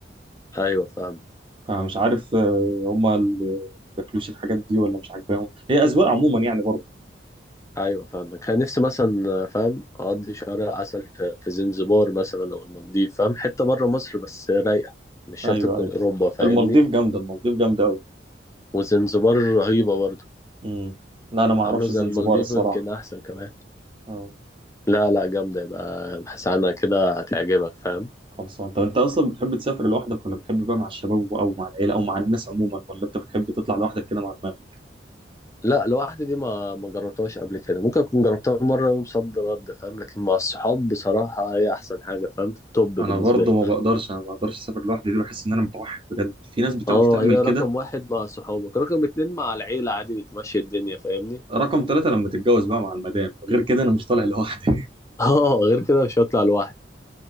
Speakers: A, on the left; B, on the right.
A: ايوه فاهم
B: فمش عارف آه، هما اللي بياكلوش الحاجات دي ولا مش عاجباهم هي أذواق عموما يعني برضه
A: ايوه فاهم كان نفسي مثلا فاهم اقضي شهر عسل في في زنزبار مثلا او المالديف فاهم حته بره مصر بس رايقه مش شرط
B: ايوه
A: تكون
B: ايوه
A: اوروبا فاهمني
B: المالديف جامدة المالديف جامدة أوي
A: وزنزبار رهيبه برضه
B: امم لا أنا ما أعرفش
A: عامله زي
B: زنزبار
A: المالديف
B: الصراحة
A: ويمكن احسن كمان
B: اه
A: لا لا جامده يبقى ابحث عنها كده هتعجبك فاهم
B: خلصان طب أنت أصلا بتحب تسافر لوحدك ولا بتحب بقى مع الشباب أو مع العيلة أو مع الناس عموما ولا أنت بتحب تطلع لوحدك كده مع دماغك
A: لا لوحدي دي ما ما جربتهاش قبل كده ممكن اكون جربتها مره يوم صد رد فاهم لكن مع الصحاب بصراحه هي احسن حاجه فاهم توب بالنسبه
B: أنا برضه
A: لي
B: ما بقدرش أنا ما بقدرش أسافر لوحدي دي بحس إن أنا متوحد بجد في ناس بتعرف
A: اه
B: تعمل
A: هي
B: كده
A: رقم واحد مع صحابك رقم اتنين مع العيله عادي بتمشي الدنيا فاهمني
B: رقم ثلاثة لما تتجوز بقى مع المدام غير كده أنا مش طالع لوحدي
A: <laughs> اه غير كده مش هطلع لوحدي